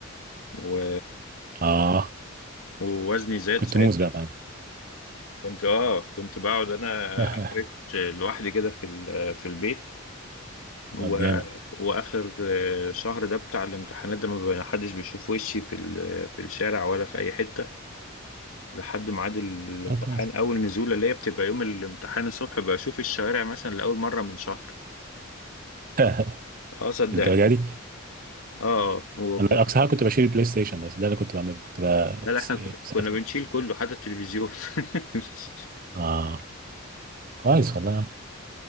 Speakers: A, on the left; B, on the right.
A: و...
B: اه
A: ووزني زاد
B: كنت
A: ساعتها
B: موز بقى معانا
A: كنت اه كنت بقعد انا
B: <laughs>
A: اكرت لوحدي كده في ال... في البيت و...
B: طب جامد
A: واخر آه، شهر ده بتاع الامتحانات ده ما بقى- حدش بيشوف وشي في ال... في الشارع ولا في اي حته لحد ميعاد ال- الامتحان
B: طب كويس
A: اول نزوله اللي هي بتبقى يوم الامتحان الصبح بشوف الشوارع مثلا لاول مره من شهر
B: <laughs>
A: اه صدقني
B: الدرجه دي
A: اه هو
B: انا
A: كو-
B: اقصى حاجه كنت بشيل البلاي ستيشن بس ده اللي كنت بعمله كنت بقى
A: لا لا،
B: س-
A: احنا كو-
B: ساعتين
A: كنا بنشيل كله حتى التلفزيون <laughs>
B: اه كويس والله يا عم.